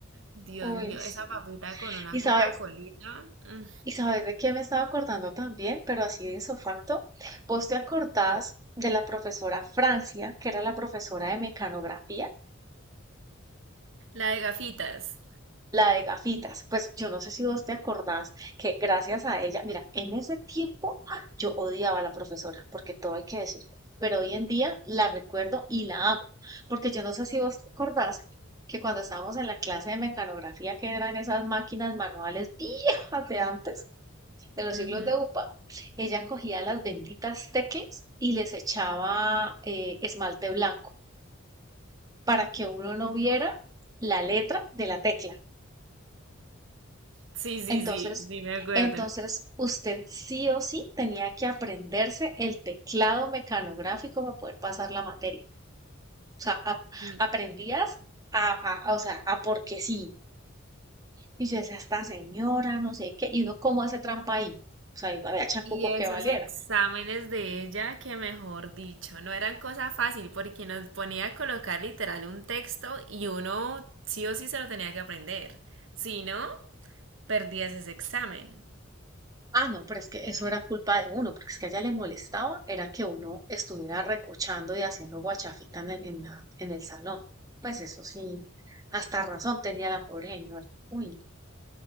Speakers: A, on the right; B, on the right.
A: Dios
B: Uy,
A: mío,
B: sí.
A: esa papita con una
B: Y sabes,
A: Coca-Colita. mm,
B: ¿Y sabes de qué me estaba acordando también? Pero así de insofacto. ¿Vos te acordás de la profesora Francia, que era la profesora de mecanografía?
A: La de gafitas.
B: La de gafitas. Pues yo no sé si vos te acordás que gracias a ella, mira, en ese tiempo ¡ah! yo odiaba a la profesora, porque todo hay que decirlo. Pero hoy en día la recuerdo y la amo. Porque yo no sé si vos te acordás que cuando estábamos en la clase de mecanografía, que eran esas máquinas manuales viejas de antes, de los
A: Ujú.
B: siglos de UPA, ella cogía las benditas teclas y les echaba eh, esmalte blanco para que uno no viera la letra de la tecla.
A: Sí, sí,
B: Entonces,
A: sí, sí, me acuerdo.
B: entonces usted sí o sí tenía que aprenderse el teclado mecanográfico para poder pasar la materia. O sea, ap-
A: Y,
B: aprendías a, a- a- o sea, a porque sí. Y yo decía, esta señora, no sé qué, y uno cómo hace trampa ahí. O sea, y no había chancuco
A: y esos
B: que valiera.
A: exámenes de ella, que mejor dicho, no eran cosa fácil porque nos ponía a colocar literal un texto y uno sí o sí se lo tenía que aprender. Si no, perdías ese examen.
B: Ah, no, pero es que eso era culpa de uno, porque es que a ella le molestaba, era que uno estuviera recochando y haciendo guachafita en el, en la- en el salón. Pues eso sí, hasta razón tenía la pobre señora. Uy, no.